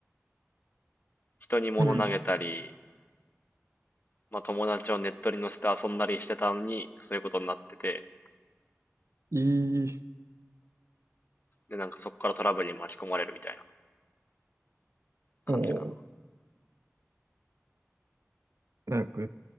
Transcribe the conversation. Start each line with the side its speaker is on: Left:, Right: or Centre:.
Left: 人に物投げたり、
Right: うん。
Left: まあ友達をネットに乗せて遊んだりしてたのに、そういうことになってて、
Right: いい。
Left: で、なんかそこからトラブルに巻き込まれるみたいな感じかな。
Right: こう、なんか